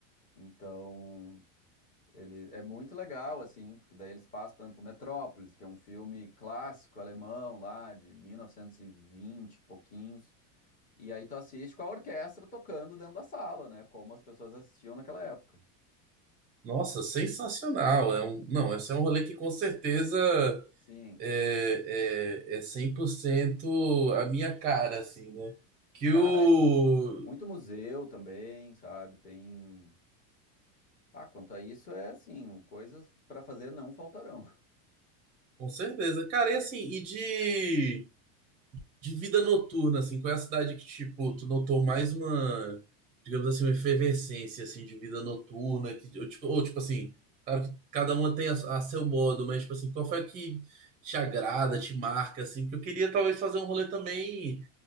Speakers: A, on the left (about 20°); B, on the right (about 20°).
A: Então, ele é muito legal, assim, porque daí eles passam, por exemplo, Metrópolis, que é um filme clássico alemão lá, de 1920 e vinte e pouquinhos. E aí tu assiste com a orquestra tocando dentro da sala, né? Como as pessoas assistiam naquela época.
B: Nossa, sensacional. É um, não, esse é um rolê que com certeza
A: Sim,
B: é, é, é 100% a minha cara, assim, né? Que
A: Cara,
B: o.
A: muito museu também, sabe? Tem. Ah, quanto a isso, é assim, coisas para fazer não faltarão,
B: Com certeza. Cara, e assim, e de, de vida noturna, assim, qual é a cidade que, tipo, tu notou mais uma, digamos assim, uma efervescência, assim, de vida noturna? Que, ou, tipo, ou, tipo assim, claro que cada uma tem a, a seu modo, mas, tipo assim, qual foi a que te agrada, te marca, assim? Porque eu queria, talvez, fazer um rolê também